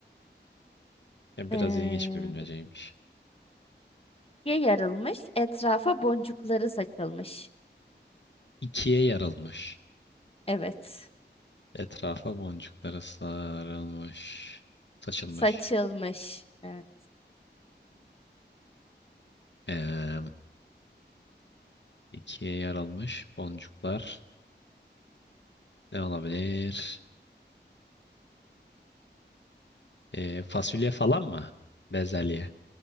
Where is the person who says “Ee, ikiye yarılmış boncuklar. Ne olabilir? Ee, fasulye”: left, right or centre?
Left